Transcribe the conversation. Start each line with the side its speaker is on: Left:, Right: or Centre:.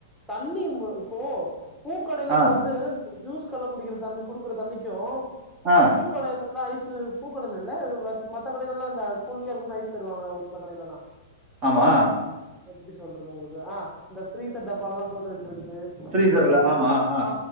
Centre: தண்ணி இம்பு இப்போ பூக்கடல
Right: ஆ
Centre: கு இது ஜூஸ் கடல குடிக்கற தண்ணி குடுக்கற தண்ணிக்கு
Right: அ
Centre: பூக்கடைலெல்லா ஐஸு பூக்கடையில இல்ல இது மத் மத்த கடைலெல்லா இந்த கூழிங்கா இருக்கும்ன்னு ஐஸ் தருவாங்கல்ல ஒரு சில கடைலலா
Right: ஆமா
Centre: ஹ எப்படி சொல்றது உங்களுக்கு ஆ இந்த பிரீஸ்சர் டப்பாலலா போட்டு வைக்கறதுக்கு
Right: ஃப்ரீசர்ல
Centre: இல்லன்னா
Right: ஆமா ஆ
Centre: அ